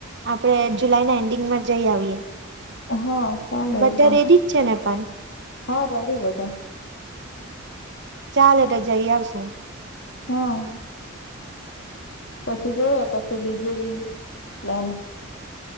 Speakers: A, on the right (about 55°); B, on the left (about 55°).
A: આપડે જુલાઈ ના એન્ડિંગમાં જઈ આવીએ.
B: હા. ચાલે
A: બધા
B: એ પણ
A: રેડી જ છે ને પણ?
B: હા રેડી બધા.
A: ચાલે તો જઈ આવશું.
B: હા. પછી જોય કશે બીજે બી પ્લાન.